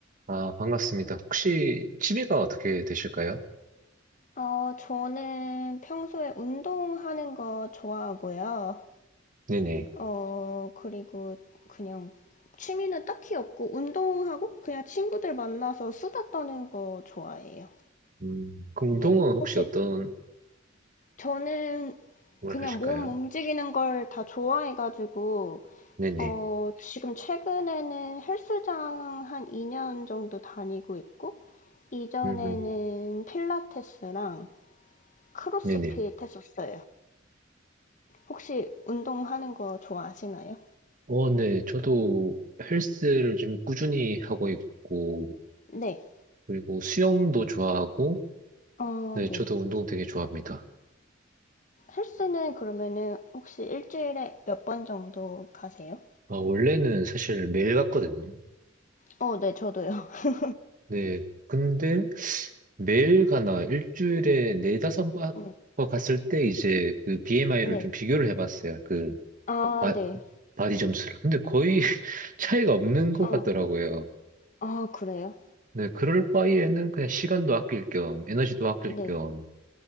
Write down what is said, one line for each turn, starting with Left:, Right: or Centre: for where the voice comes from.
Right: 아, 반갑습니다. 혹시 취미가 어떻게 되실까요?
Left: 어, 저는 평소에 운동하는 거 좋아하고요.
Right: 네네.
Left: 어, 그리고 그냥 취미는 딱히 없고, 운동하고 그냥 친구들 만나서 수다 떠는 거 좋아해요.
Right: 음, 그럼 운동은
Left: 네.
Right: 혹시
Left: 혹시
Right: 어떤
Left: 저는
Right: 걸
Left: 그냥
Right: 하실까요?
Left: 몸 움직이는 걸 다 좋아해가지고,
Right: 네네.
Left: 어, 지금 최근에는 헬스장 한 2년 정도 다니고 있고, 이전에는
Right: 음,
Left: 필라테스랑 크로스핏
Right: 네네.
Left: 했었어요. 혹시 운동하는 거 좋아하시나요?
Right: 어, 네. 저도 헬스를 지금 꾸준히 하고 있고,
Left: 네.
Right: 그리고 수영도 좋아하고,
Left: 어,
Right: 네, 저도
Left: 네.
Right: 운동 되게 좋아합니다.
Left: 헬스는 그러면은 혹시 일주일에 몇 번 정도 가세요?
Right: 아, 원래는 사실 매일 갔거든요.
Left: 어, 네, 저도요. <laughs>
Right: 네. 근데 매일 가나 일주일에 네다섯 번
Left: 네.
Right: 갔을 때 이제 그 BMI를
Left: 네.
Right: 좀 비교를 해봤어요. 그
Left: 아,
Right: 바,
Left: 네.
Right: 바디 점수를. 근데 거의 <laughs> 차이가 없는 것
Left: 아,
Right: 같더라고요.
Left: 아, 그래요?
Right: 네, 그럴 바에는 그냥 시간도 아낄 겸, 에너지도 아낄
Left: 네.
Right: 겸,